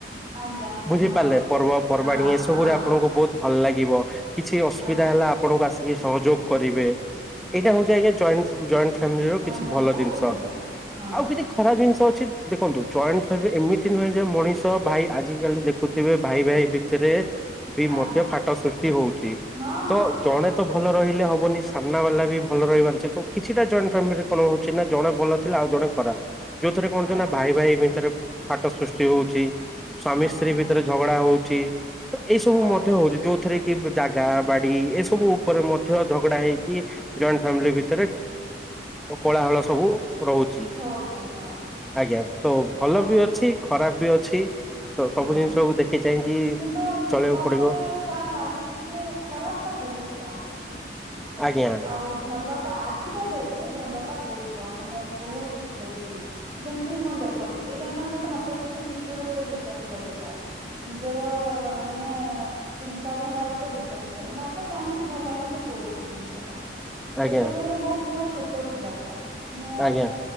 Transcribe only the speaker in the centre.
ବୁଝି
ପାରିଲେ ପର୍ବପର୍ବାଣୀ
ଏସବୁରେ
ଆପଣଙ୍କୁ ବୋହୁତ ଭଲ ଲାଗିବ। କିଛି ଅସୁବିଧା
ହେଲା, ଆପଣଙ୍କୁ ଆସ ଟିକେ ସହଯୋଗ କରିବେ। ଏଇଟା ହଉଛି, ଆଜ୍ଞା, ଜଏଣ୍ଟ ଫ୍ୟାମିଲିର
କିଛି
ଭଲ ଜିନିଷ,
ଆଉ କିଛି ଖରାପ ଜିନିଷ ଅଛି ଦେଖନ୍ତୁ, ଜଏଣ୍ଟ ଫ୍ୟା ଏମିତି ନୁହେଁ, ଯେ ମଣିଷ ଭାଇ ଆଜି କାଲି ଦେଖୁଥିବେ, ଭାଇ, ଭାଇ ଭିତରେ ବି
ମଧ୍ୟ ଫାଟ ସୃଷ୍ଟି ହଉଛି,
ତ
ଜଣେ
ତ ଭଲ ରହିଲେ ହବ ହନି ସାମ୍ନା ବାଲା ବି ଭଲ ରହିବାର କିଛିଟା ଜଏଣ୍ଟ ଫ୍ୟାମ କଣ ହଉଛି, ନା ଜଣେ ଭଲ ଥିଲେ, ଆଉ ଜଣେ ଖରାପ। ଯୋଉ ଥରେ, କଣ
ନା ଭାଇ, ଭାଇ ଭିତରେ ଫାଟ ସୃଷ୍ଟି ହଉଛି। ସ୍ବାମୀ,
ସ୍ତ୍ରୀ
ଭିତରେ ଝଗଡା ହଉଛି। ଛି ଏଇ ସବୁ
ମଧ୍ୟ ହଉଛି। ଯୋଉଥିରେ ଜାଗା ବାଡି ଏ ସବୁ ଉପରେ ମଧ୍ୟ ଝଗଡା ହେଇକି ଜଏଣ୍ଟ ଫାମିଲି ଭିତରେ କୋଳାହଳ ସବୁ ରହୁଛି
ଆଜ୍ଞା ତ ଭଲ
ବି ଅଛି ଖରାପ ବି ଅଛି ସ ସବୁ
ଜିନିଷକୁ ଦେଖି ଚାହିଁକି
ଚଳିବାକୁ
ପଡିବ
ଆଜ୍ଞା
ଆଜ୍ଞା
ଆଜ୍ଞା